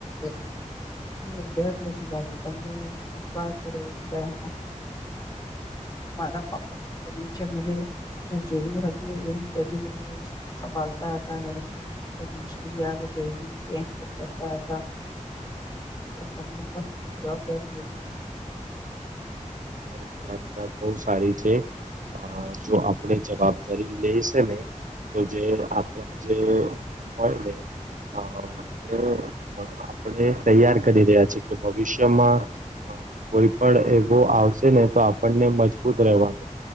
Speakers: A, on the left; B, on the right.
A: એ એ ડર નથી લાગે તમને વિશ્વાસ રયો કે ભાઈ હા મારા પાપ્પા ફ્યુચર મ હું જેવું હતું એવું કરીને સંભળતા હતા મુશ્કેલી આવે એ રીતે હેન્ડલ કરતા હતા. પણ જવાબદારી લેવી જોઈએ.
B: ના તમારી વાત બહ સારી છે. અ જો આપણે જવાબદારી લેશે ને તો જે આપણા જે મન હોય ને અ એટલે આપણે તૈયાર કરી રહ્યા છીએ કે ભવિષ્યમાં. હ કોઈ પણ એ આવશે ને તો આપણને મજબૂત રહેવાનું